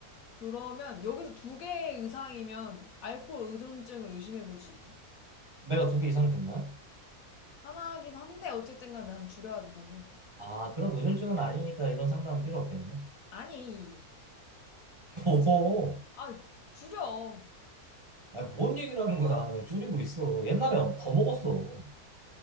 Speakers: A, on the left; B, on the right.
A: 그러면 여기서 두 개의 이상이면 알코올 의존증을 의심해 볼 수 있대.
B: 내가 두 개 이상 됐나요?
A: 하나긴 한데 어쨌든 간에 난 줄여야 된다고 생각해.
B: 아, 그럼 우울증은 아니니까 이런 상담은 필요 없겠네.
A: 아니,
B: <laughs>
A: 있지.
B: 뭐,
A: 아, 줄여.
B: 아니, 뭔 얘기를 하는 거야. 내가 줄이고 있어. 옛날에 더 먹었어.